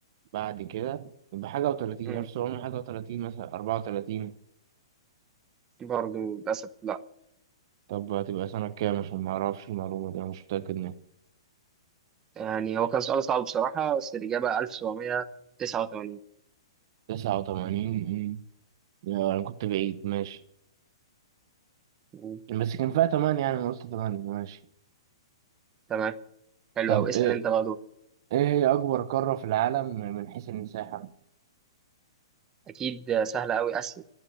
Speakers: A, on the right (about 50°); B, on the right (about 20°).
A: بعد كده بحاجة وتلاتين
B: امم
A: ألف سبعمية حاجة وتلاتين مثلا أربعة وتلاتين
B: برضه للاسف لا
A: طب هتبقى سنة كام عشان معرفش المعلومة دي أنا مش متأكد منها
B: يعني هو كان سؤال صعب بصراحه بس الاجابه 1789
A: تسعة وتمانين أنا كنت بعيد ماشي
B: مم.
A: بس كان فيها تمانية يعني أنا قلت تمانية ماشي
B: تمام حلو
A: طب
B: قوي اسال
A: إيه
B: انت بقى دول
A: إيه هي أكبر قارة في العالم من حيث المساحة؟
B: اكيد سهله قوي اسئله